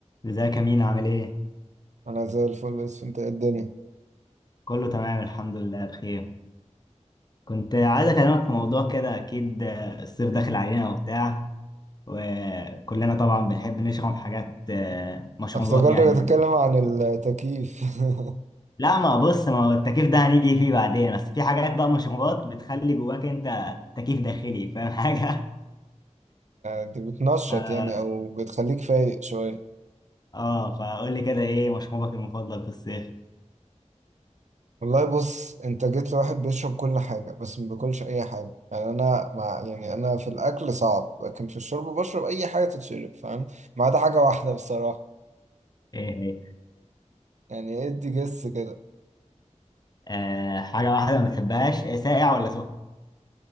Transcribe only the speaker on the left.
ازيك يا مينا عامل ايه؟
كله تمام الحمد لله بخير كنت عايز اكلمك في موضوع كده اكيد آه، الصيف داخل علينا وبتاع وكلنا طبعا بنحب نشرب حاجات آه، مشروبات
يعني
لا ما بص ما هو التكييف ده هنيجي فيه بعدين بس في حاجات بقى مشروبات بتخلي جواك انت تكييف داخلي فاهم حاجة؟
<laughs> اه
آه، فقول لي كده ايه مشروبك المفضل في الصيف؟
ايه هي؟
آه حاجة واحدة ما بتحبهاش آه، ساقع ولا سخن؟